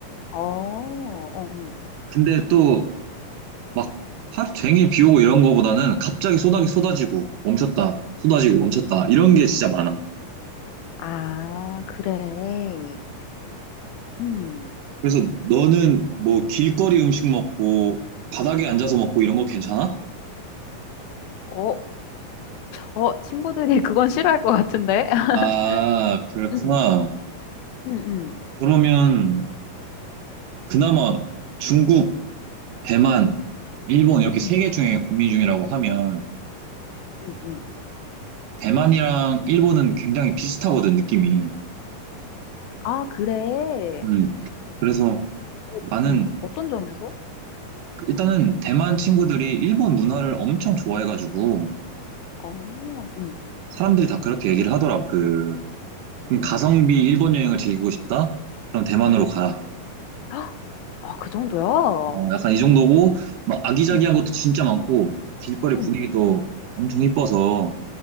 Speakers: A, on the left; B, on the right.
A: 어, 어, 응.
B: 근데 또 막 하루 종일 비 오고 이런 거보다는 갑자기 쏟아,
A: 응.
B: 쏟아지고 멈췄다, 쏟아지고 멈췄다 이런 게 진짜 많아.
A: 아, 그래. 음.
B: 그래서 너는 뭐 길거리 음식 먹고 바닥에 앉아서 먹고 이런 거 괜찮아?
A: 어, 어, 친구들이 그건 싫어할 것 같은데? <laughs>
B: 아, 그렇구나.
A: 응, 응, 응,
B: 그러면 그나마 중국
A: 응,
B: 대만, 일본 이렇게 세
A: 응,
B: 개 중에 고민 중이라고 하면
A: 응, 응.
B: 대만이랑 일본은 굉장히 비슷하거든, 느낌이.
A: 아, 그래.
B: 음. 그래서
A: 어,
B: 나는
A: 응, 어떤 점에서?
B: 일단은 대만 친구들이 일본 문화를 엄청 좋아해가지고
A: 아, 응,
B: 사람들이 다 그렇게 얘기를 하더라. 그, 좀 가성비 일본 여행을 즐기고 싶다? 그럼 대만으로
A: 응,
B: 가라.
A: 아, 아, 그 정도야?
B: 어, 약간 이 정도고, 막 아기자기한
A: 응,
B: 것도 진짜 많고, 길거리
A: 응.
B: 분위기도 엄청 이뻐서,